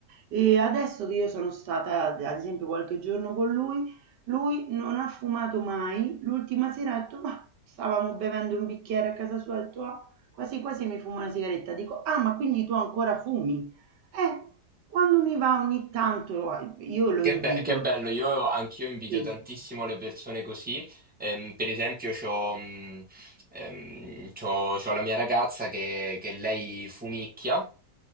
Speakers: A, on the right (about 80°); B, in the centre.
A: E adesso che io sono stata, ad esempio, qualche giorno con lui, lui non ha fumato mai. L'ultima sera ha detto, ma stavamo bevendo un bicchiere a casa sua, ha detto, "Ah, quasi quasi mi fumo una sigaretta. Dico, ah, ma quindi tu ancora fumi? Eh, quando mi va ogni tanto, ah, io lo
B: Che,
A: invidio.
B: be- che bello, io anch'io invidio
A: Sì,
B: tantissimo le persone così. Ehm, per esempio, c'ho, mh, ehm, c'ho- c'ho la mia ragazza che, che lei fumicchia.